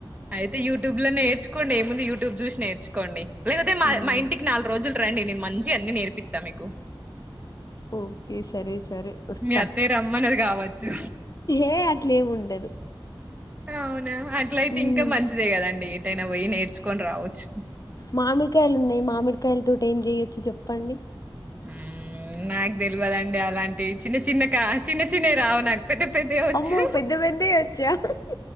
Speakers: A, on the right; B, on the left.
A: అయితే యూట్యూబ్ లోనే నేర్చుకోండి ఏ ముంది యూట్యూబ్ చూసి నేర్చుకోండి లేకపోతే
B: ఉమ్,
A: మా ఇంటికి నాలుగు రోజులు రండి నేను మంచి అన్నిీ నేర్పిస్తా మీకు
B: ఓకే సరే సరే వస్తా
A: మీ అత్తయ్య రమ్మన్నది కావచ్చు
B: ఏ అట్లే ఏమి ఉండదు
A: అవునా అట్లయితే
B: ఉమ్,
A: ఇంకా మంచిదే కదండి ఏటైనా పోయి నేర్చుకొని రావచ్చు
B: మామిడికాయలు ఉన్నాయి మామిడికాయల తోటీ ఏం చేయొచ్చు చెప్పండి
A: ఆ నాకు తెలియదండి అలాంటివి చిన్న చిన్న కా చిన్న చిన్నవి రావు నాకు పెద్ద పెద్ద వి వచ్చు
B: అమ్మో పెద్ద పెద్దవి వచ్చా